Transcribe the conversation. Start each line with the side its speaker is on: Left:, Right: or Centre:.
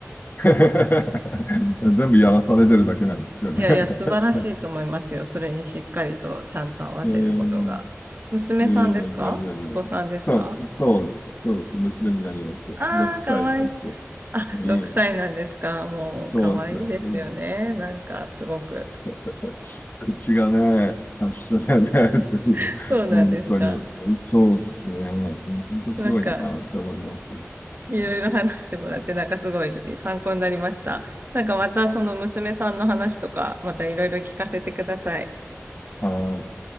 Left: <laughs> 全部やらされてるだけなんですよね。
Right: いやいや、素晴らしいと思いますよ。
Left: <laughs>
Right: それにしっかりとちゃんと合わせることが。
Left: うん
Right: 娘さんですか息子さんですか
Left: いやいやいやいやいやいや。そう、そうです。そうです。娘になります。
Right: ああー、
Left: 6歳です。
Right: かわいい。あ、
Left: うん。
Right: 6歳なんですかもう、
Left: そうです。
Right: かわいいですよね。
Left: うん。
Right: なんか、すごく。
Left: <laughs> 口がね、発症だね、っていう。
Right: <laughs> そうなんですか。
Left: 本当に。そうですね。本当すごいなって思います。
Right: なんか、
Left: うん
Right: いろいろ話してもらって、なんかすごい参考になりました。なんか、またその娘さんの話とか、またいろいろ聞かせてください。
Left: はい